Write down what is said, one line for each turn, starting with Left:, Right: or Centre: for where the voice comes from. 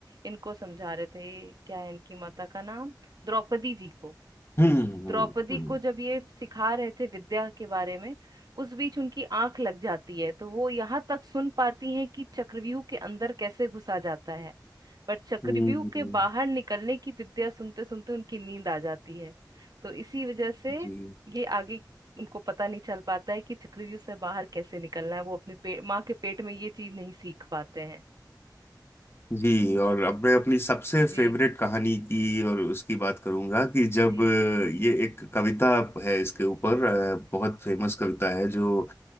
Right: इनको समझा रहे थे क्या है इनकी माता का नाम द्रौपदी जी को
Left: हम्म
Right: द्रौपदी
Left: हम्म हम्म
Right: को जब ये सिखा रहे थे विद्या के बारे में उस बीच उनकी आंख लग जाती है तो वो यहाँ तक सुन पाती हैं कि चक्रव्यूह के अंदर कैसे घुसा जाता है पर चक्रव्यूह
Left: हम्म,
Right: के बाहर निकलने की विद्या सुनते सुनते उनकी नींद आ जाती है तो इसी वजह से
Left: जी
Right: ये आगे उनको पता नहीं चल पाता है कि चक्रव्यूह से बाहर कैसे निकलना है वो अपने पे, माँ के पेट में ये चीज नहीं सीख पाते हैं
Left: जी और अब मैं अपनी सबसे
Right: जी
Left: फेवरेट कहानी की और उसकी बात करूंगा कि जब
Right: जी
Left: अ, ये एक कविता है इसके ऊपर अ, बहुत फेमस कविता है जो